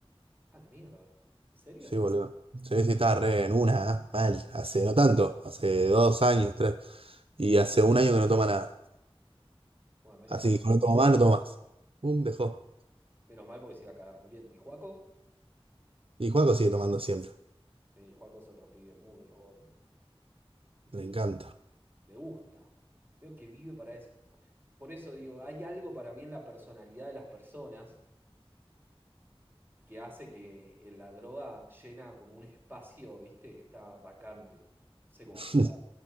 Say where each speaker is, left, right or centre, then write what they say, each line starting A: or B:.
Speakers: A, on the right; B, on the right.
A: A la mierda. ¿En serio?
B: Sí, boludo. Sí, sí, estaba re en una, ¿ah? Mal. Hace no tanto, hace dos años, tres. Y hace un año que no toma nada.
A: Bueno, menos
B: Así
A: mal.
B: dijo, no tomo más, no tomo más. Pum, dejó.
A: Menos mal porque se iba a cagar muriendo. ¿Y Juaco?
B: Y Juaco sigue tomando siempre.
A: Sí, Juaco es otro pibe muy drogón, boludo. En
B: Le
A: fin,
B: encanta.
A: le gusta. Veo que vive para eso. Por eso digo, hay algo para mí en la personalidad de las personas que hace que en la droga llena como un espacio, ¿viste? Que está vacante. No sé cómo
B: <laughs>
A: explicar.